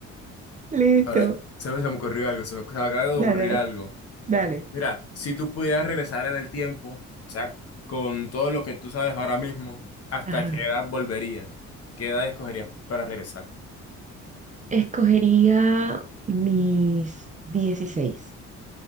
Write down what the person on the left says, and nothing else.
ahora se, se me ocurrió algo, se me, se me acaba de ocurrir
algo.
Mira, si tú pudieras regresar en el tiempo, o sea, con todo lo que tú sabes ahora mismo, ¿hasta
qué edad volverías? ¿Qué edad escogerías para regresar?